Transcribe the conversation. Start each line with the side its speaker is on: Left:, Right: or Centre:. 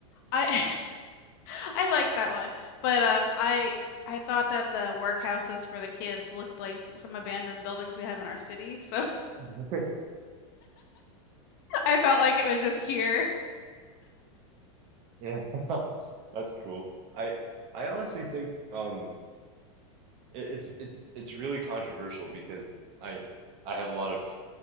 Left: I <laughs> I like that one, but um I I thought that the workhouses for the kids looked like some abandoned buildings we have in our city, so <laughs>
Right: <laughs>
Left: I felt like it was just here.
Right: Yeah. <laughs> That's cool. I I honestly think um it, it's it's it's really controversial because I I have a lot of f-